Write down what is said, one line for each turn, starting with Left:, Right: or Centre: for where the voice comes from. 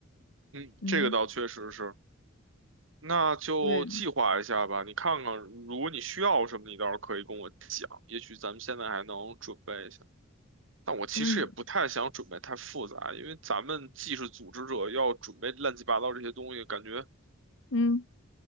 Right: 嗯，
Left: 嗯，
Right: 这个倒确实是。那就计划一下吧。
Left: 对，
Right: 你看看，如果你需要什么，你倒是可以跟我讲，也许咱们现在还能准备一下。但我其实也不太想准备太复杂，
Left: 嗯
Right: 因为咱们既是组织者，要准备乱七八糟这些东西，感觉
Left: 嗯，